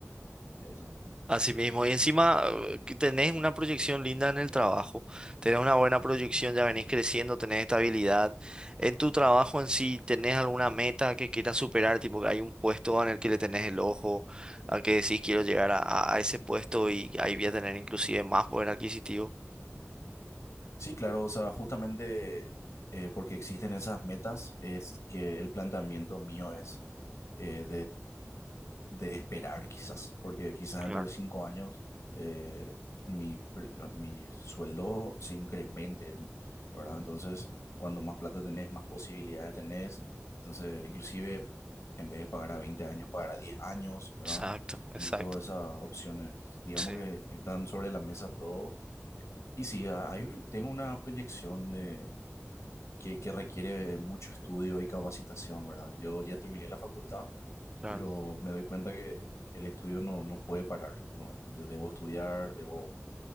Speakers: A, on the left; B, on the right.
A: <laughs> eso.
B: Así mismo, y encima eh, que tenés una proyección linda en el trabajo, tenés una buena proyección, ya venís creciendo, tenés estabilidad. En tu trabajo en sí, ¿tenés alguna meta que quieras superar? Tipo que hay un puesto en el que le tenés el ojo, a que decís quiero llegar a, a- a ese puesto y ahí voy a tener inclusive más poder adquisitivo.
A: Sí, claro, o sea, justamente eh, porque existen esas metas es que el planteamiento mío es eh, de esperar quizás, porque quizás
B: Claro.
A: dentro de cinco años eh, mi, pre- eh, mi sueldo se incremente, ¿verdad? Entonces, cuando más plata tenés, más posibilidades tenés. Entonces, inclusive, en vez de pagar a 20 años, pagar a 10 años, ¿verdad?
B: Exacto, exacto.
A: Y todas esas opciones, digamos
B: Sí,
A: que están sobre la mesa todo. Y sí, a- hay, un- tengo una proyección de, que, que requiere mucho estudio y capacitación, ¿verdad? Yo ya terminé la facultad
B: claro.
A: pero me doy cuenta que el estudio no, no puede parar, no, yo debo estudiar, debo,